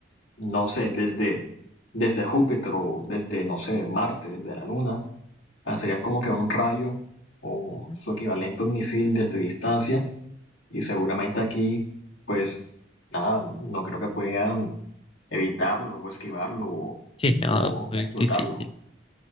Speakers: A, on the left; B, on the left.
A: no sé, desde, desde Júpiter o desde, no sé, Marte, desde la Luna, Lanzarían como que un rayo o
B: Ujú.
A: su equivalente a un misil desde distancia y seguramente aquí, pues nada, no creo que puedan evitarlo o esquivarlo o,
B: Sí, no,
A: o
B: muy
A: explotarlo.
B: difícil,